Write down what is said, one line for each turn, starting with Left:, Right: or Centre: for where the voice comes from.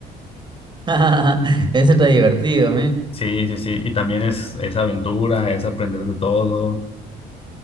Right: <laughs> Eso está divertido,
Left: Sí, sí, sí. Y también es, es aventura, es aprender de todo.